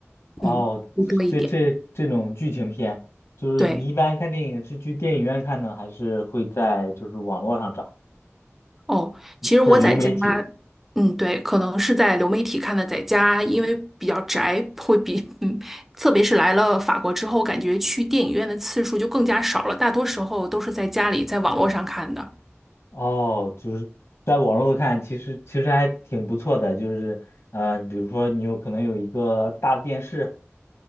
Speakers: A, on the left; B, in the centre.
A: 哦，
B: 嗯，会多一点，
A: 这这这种剧情片，就是你一般看电影是去电影院看呢，
B: 对。
A: 还是会在就是网络上找
B: 哦，其实我在家，
A: 或者流媒体？
B: 嗯，对，可能是在流媒体看的，在家因为比较宅，会比嗯，特别是来了法国之后，感觉去电影院的次数就更加少了，大多时候都是在家里，在网络上看的。
A: 哦，就是在网络看，其实其实还挺不错的，就是嗯、呃比如说你有可能有一个大电视，